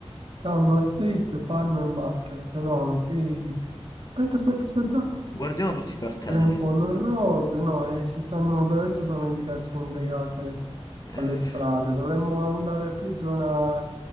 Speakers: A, on the right; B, on the left.
A: Canva Street Farmer Market. No, no, qui... Aspetta, aspetta, aspetta.
B: Guardiamo tutti i cartelli.
A: Grandpollo Road. No, eh, ci stanno per adesso sono indicazioni legate
B: Eh,
A: alle strade. Dovremmo andare più zona